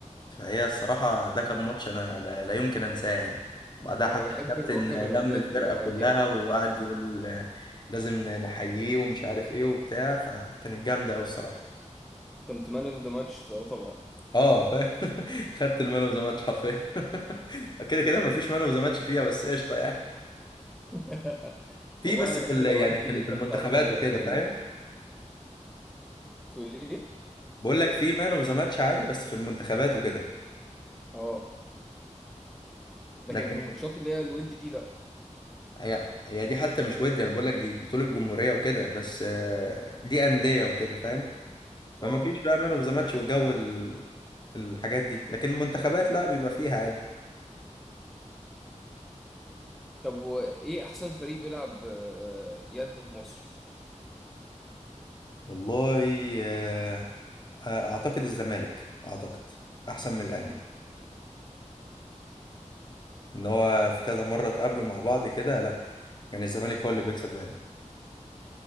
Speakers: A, on the left; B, in the centre.
A: فهي الصراحه ده كان ماتش انا لا, لا يمكن انساه يعني بعدها حتى
B: انا بحب
A: الكابتن
B: الروح
A: لم
B: الرياضيه
A: الفرقه
B: في الاوقات
A: كلها
B: دي أوي.
A: وقعد يقول لازم نحييه ومش عارف ايه وبتاع فكانت جامده قوي الصراحه
B: كنت مان اوف ذا ماتش طبعا
A: اه فاهم <laughs> خدت المان اوف ذا ماتش حرفيا <laughs> كده كده مفيش مان اوف ذا ماتش فيها بس قشطه يعني
B: <laughs>
A: في
B: والله
A: بس
B: انا
A: في
B: بحب
A: ال-
B: الاوقات
A: يعني في
B: دي جدا
A: ال- في المنتخبات
B: بتاع الروح الرياضيه
A: وكده فاهم
B: دي تقول ايه
A: بقول لك في مان اوف ذا ماتش عادي بس في المنتخبات وكده
B: اه لكن
A: لكن
B: في الماتشات اللي هي الود دي لا
A: هي هي دي حتى مش ودي انا بقول لك دي بطوله الجمهوريه وكده بس آه، دي انديه وكده فاهم فما
B: اه
A: فيش بقى مان اوف ذا ماتش والجو ال- الحاجات دي لكن المنتخبات لا بيبقى فيها عادي
B: طب وايه احسن فريق بيلعب آه، يد في مصر
A: والله آه، آه، اعتقد الزمالك اعتقد احسن من الاهلي
B: امم
A: ان هو في كذا مره اتقابلوا مع بعض كده لا كان الزمالك هو اللي بيكسب دايما